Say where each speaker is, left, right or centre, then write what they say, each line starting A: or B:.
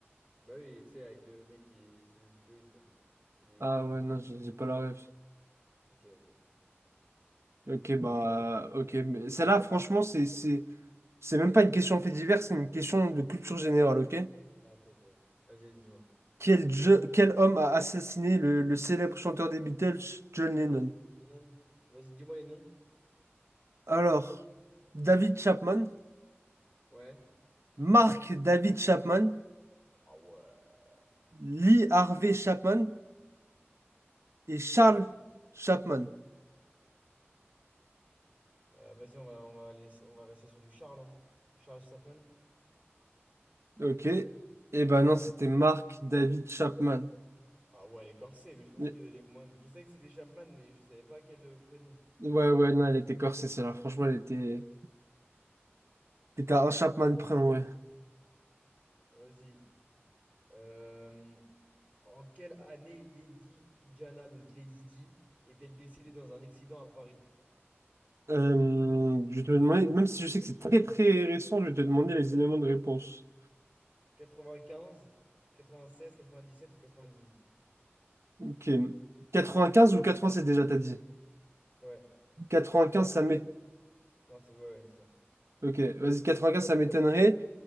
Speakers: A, on the right (about 30°); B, on the right (about 80°).
A: Bah oui, tu sais, avec le mec qui s'est explosé, là. C'est explosif.
B: Ah ouais, non, j'ai j'ai pas la ref.
A: Ok, ok.
B: Ok, bah, ok, mais celle-là, franchement, c'est. c'est- C'est même pas une question de fait divers, c'est une question de culture générale, ok?
A: Ah, peut-être, ouais. Vas-y, vas-y, dis-moi.
B: Quel, je- quel homme a assassiné le, le célèbre chanteur des Beatles, John Lennon?
A: Lennon. Vas-y, dis-moi les noms.
B: Alors, David Chapman,
A: Ouais.
B: Mark David Chapman,
A: Ah ouais.
B: Lee Harvey Chapman et Charles Chapman.
A: Euh, vas-y, on va, on va aller, on va rester sur du Charles. hein. Charles Chapman.
B: Ok. Eh ben non, c'était Mark David Chapman.
A: Ah ouais, les corsets mais je pensais
B: Mais-
A: qu'ils allaient au moins. Je savais que c'était Chapman, mais je savais pas quel euh, prénom.
B: Ouais, ouais, non, elle était corsée, celle-là. Franchement, elle était... T'étais à un Chapman près, ouais.
A: Vas-y. Euh, En quelle année Lady Diana, donc Lady Di, est-elle décédée dans un accident à Paris?
B: Euh, je vais te demander, même si je sais que c'est très très récent, je vais te demander les éléments de réponse.
A: 95, 96, 97 ou 98?
B: Ok. quatre-vingt-quinze ou 87 déjà, t'as dit.
A: Ouais.
B: 95,
A: 95.
B: ça m'é...
A: Ouais, ça- ouais, ouais, c'est ça.
B: Ok, vas-y, quatre quatre-vingt-quinze, ça m'étonnerait